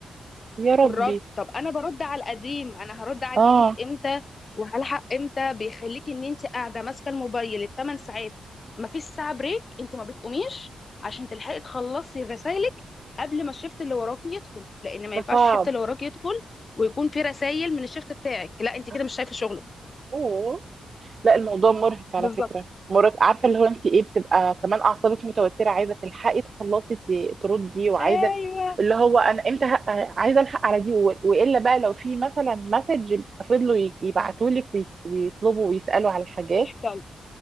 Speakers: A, on the right (about 35°); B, on the left (about 30°).
A: يا ربي
B: في الرد طب انا برد على القديم انا هرد على
A: اه
B: الجديد امتى وهلحق امتى بيخليكي ان انت قاعده ماسكه الموبايل الثمان ساعات مفيش ساعه بريك انت ما بتقوميش عشان تلحقي تخلصي رسايلك قبل ما الشفت اللي وراكي يدخل لان ما
A: ده
B: ينفعش
A: صعب
B: الشفت اللي وراكي يدخل ويكون في رسايل من الشفت بتاعك لا انت
A: آه.
B: كده مش شايفه شغلك
A: اوه لا الموضوع مرهق على
B: بالظبط
A: فكرة مرهق عارفة اللي هو انت ايه بتبقى كمان اعصابك متوترة عايزة تلحقي تخلصي ت- تردي وعايزة
B: ايوه
A: اللي هو انا امتى ه- عايزة الحق على دي و- والا بقى لو في مثلا مسج فضلوا ي- يبعتولك وي- ويطلبوا ويسألوا على حاجات
B: بتحصل